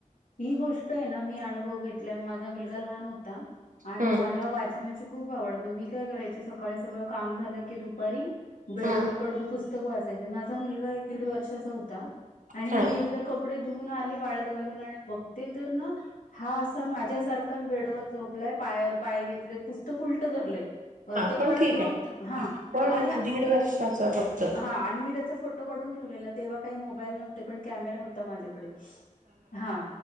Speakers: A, on the left; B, on the right.
A: ही गोष्ट आहे ना मी अनभव घेतल्या माझा मुलगा लहान हो. ता, आणि
B: हम्म
A: मला वाचनाची खू खूप आवड मग मी काय करायचे सकाळी सगळं काम झालं की दुपारी बेड
B: हा
A: वर पडून पूस कत वाचायच माझा मुलगा एक दीड वर्षाचा होता आणि
B: हा
A: मी एकदा कपडे धुन आली वाळत घालून आणि बघते तर ना हा असा माझ्या सारख काच बेड ववर झोपलाय पायावर पाय घेतलेत पुस्तक उलटंधरलंय.
B: हा
A: ते
B: पण
A: कळत
B: ठीक
A: नव्हत
B: आहे
A: हा
B: पण
A: आणि
B: दीड वर्षाचा फक्त
A: हा आणि मी त्याचा फोटो काढून ठेवले तेव्हा काही मोबाईल नव्हते पण कॅमेरा होता माझ्याकडे हा.